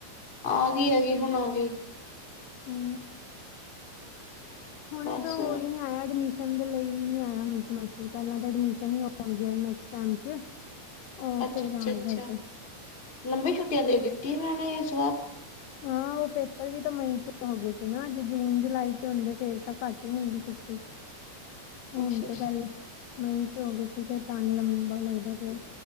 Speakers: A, on the left (about 25°); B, on the left (about 85°).
A: ਆ ਗੀ ਆ ਗੀ ਹੁਨ ਆ ਗੀ।
B: ਹੂੰ ਹੁਨੇ
A: ਬਸ
B: ਤਾਂ ਓਹੀ ਨੀ ਆਇਆ ਐਡਮੀਿਸ਼ ਨ ਦੇ ਲਈ ਹੀਂ ਨਈ ਆਇਆ ਹੁਨੇ ਪੈਲਾਂ ਐਡਮਿਸ਼ਨ ਹੀ ਹੋਨਗੇ ਨੈਕਸਟ ਟੈਮ 'ਚ। ਉਹ
A: ਅੱਛਾ-ਅੱਛਾ-ਅੱਛਾ
B: ਫੇਰ ਆਊਗਾ ਅੱਗੇ
A: ਲੰਬੀ ਛੁੱਟੀਆਂ ਦੇ ਦਿੱਤੀ ਇਹਨਾਂ ਨੇ ਇਸ ਵਾਰ
B: ਹਾਂ ਓ ਪੇਪਰ ਵੀ ਤਾਂ ਮਈ 'ਚ ਹੋ ਗਏ ਸੀ ਨਾ ਜੂਨ ਜੁਲਾਈ 'ਚ ਹੁੰਦੇ ਫਿਰ ਤਾਂ ਘੱਟ ਹੀ ਮਿਲਦੀ ਛੁੱਟੀ ਹੁਨ
A: ਅੱਛਾ
B: ਤੇ
A: ਅੱਛਾ
B: ਪੈਲੇ ਮਈ 'ਚ ਹੋ ਗਏ ਸੀ ਫਿਰ ਤਾਂ ਹੀ ਲੰਬਾ ਲੱਗਦਾ ਪਿਆ।